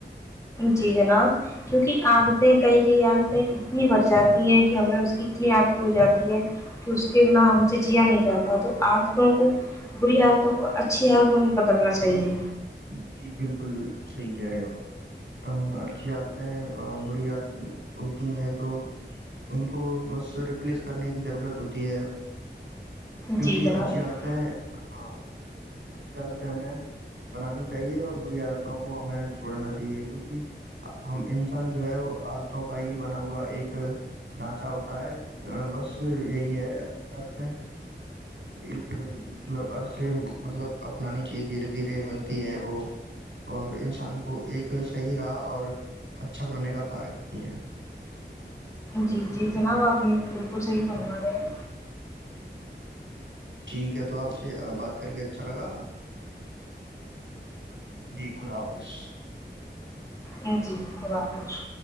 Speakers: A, on the left; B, on the right.
A: جی جناب کیونکہ عادتیں کئی کئی عادتیں اتنی بڑھ جاتی ہیں کہ ہمیں اس کی اتنی عادت ہو جاتی ہے کہ اس کےنا ہم سے جیا نہیں جاتا تو عادتوں کو بری ح عادتوں کو اچھی عادتوں بدلنا چاہیے
B: جی بالکل بالکل صحیح کہہ رہے ہو آپ اچھی عادتیں ہیں بری عادتیں ہوتی ہیں تو ان کو بس ریپلیس کرنے کی ضرورت ہوتی ہے کیونکہ
A: جی جناب
B: اچھی عادت ہے ہاں بالکل بالکل اچھی عادت ہے ہمیں بنانی چاہیے اور بری عادتوں کو ہمیں چھوڑنا چاہیے کیونکہ ہم انسان جو ہے وہ عادتوں کا ہی بنا ہوا ایک ڈھانچہ ہوتا ہے بس یہی ہے اچھی عادتیں ایک مطلب عرص مطلب اپنانی چاہیے دھیرے دھیرے بنتی ہیں وہ اور انسان کو ایک صحیح راہ اور اچھا بنانے کا کار کرتی ہیں
A: جی جی جناب آپ نے بالکل صحیح فرمایا رہے ہیں
B: ٹھیک ہے تو آپ سے بات کر کے اچھا لگا جی خدا حافظ
A: جی خدا حافظ